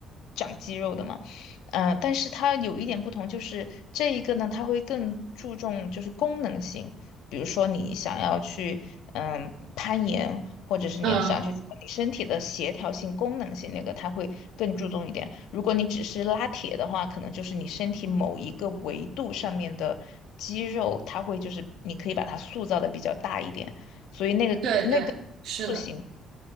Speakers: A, on the left; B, on the right.
A: 长肌肉的嘛，嗯、但是它有一点不同，就是这一个呢，它会更注重就是功能性，比如说你想要去嗯攀岩，或者是你要想去做你身体的协调性、
B: 嗯嗯，
A: 功能性那个，它会更注重一点。如果你只是拉铁的话，可能就是你身体某一个维度上面的肌肉，它会就是你可以把它塑造的比较大一点，所以那个那个。
B: 对对，是的。
A: 塑形。